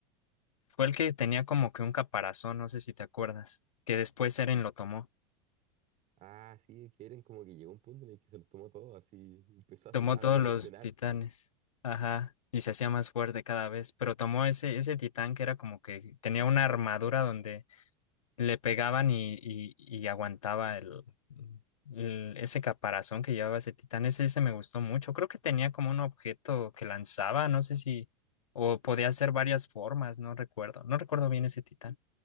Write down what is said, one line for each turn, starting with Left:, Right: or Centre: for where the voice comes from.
Left: fue el que tenía como que un caparazón, no sé si te acuerdas, que después Eren lo tomó.
Right: Ah, sí, es que Eren como que llegó a un punto en el que se los tomó todo, así <laughs> empezó a
Left: Tomó
Right: tomar, a
Left: todos
Right: recoleccionar.
Left: los titanes. Ajá. Y se hacía más fuerte cada vez. Pero tomó ese, ese titán que era como que tenía una armadura donde le pegaban y, y- y aguantaba el, el- ese caparazón que llevaba ese titán. Ese, ese me gustó mucho. Creo que tenía como un objeto que lanzaba, no sé si, o podía hacer varias formas, no recuerdo. No recuerdo bien ese titán,